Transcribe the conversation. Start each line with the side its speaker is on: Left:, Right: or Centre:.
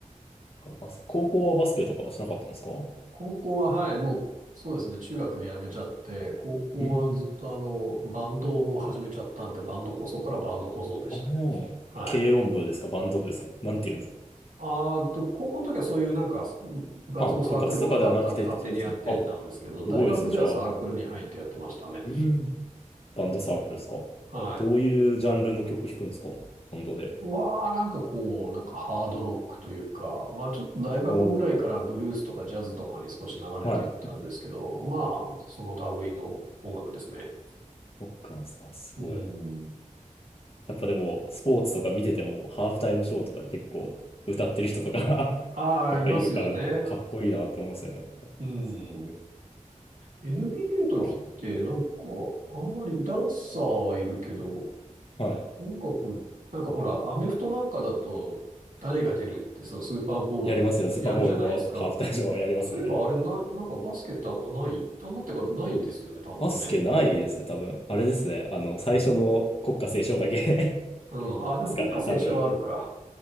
Left: かバス、高校はバスケとかはしなかったんですか
Right: 高校は、はい、もう、そうですね、中学で辞めちゃって、高校はずっとあの、
Left: うん。
Right: バンドを始めちゃったんで、バンドこ、そこからバンド小僧でしたね。
Left: おー。
Right: はい。
Left: 軽音部ですかバンド部ですかなんていうんですか
Right: あーと、高校の時はそういうなんか、部活もサークルもなかったんで勝手にやってたんですけど、
Left: あ、部活とかではなくて、そうですね。あ、すごいですね、
Right: 大学ではサークルに入ってやってましたね。
Left: じゃあ。うん。バンドサークルですか
Right: はい。
Left: どういうジャンルの曲弾くんですかバンドで。
Right: わあなんかこう、なんかハードロックというか、まあちょっと大学ぐらいからブルースとかジャズとかに少し流れていったんですけど、
Left: おー。はい。
Right: まあその類の音楽ですね。
Left: ロックなんですね。あすごい。
Right: うん。
Left: やっぱでも、スポーツとか見てても、ハーフタイムショーとかで結構歌ってる人とか
Right: ああ、
Left: <laughs> やっぱいるから、
Right: いますよね。
Left: やっぱかっこいいなと思いますよね。やっぱすごい。
Right: うん。NBA の時ってなんか、
Left: そっ
Right: あんまりダンサーはいるけど、
Left: か。はい。
Right: 音楽、なんかほら、アメフトなんかだと、誰が出るって、そのスーパーボールやるじゃないですか。
Left: やりますよ。スーパーボールのハーフタイムショーはやりますよね。
Right: そういえばあれな、なんかバスケってあんまない、あんまってかないですよね、多分ね。
Left: バスケないですね、多分。あれですね。あの、
Right: うん。
Left: 最初の国歌斉唱だけ
Right: うん。
Left: <laughs>
Right: あ、でも国歌斉唱はあるか。
Left: ですかね、多分。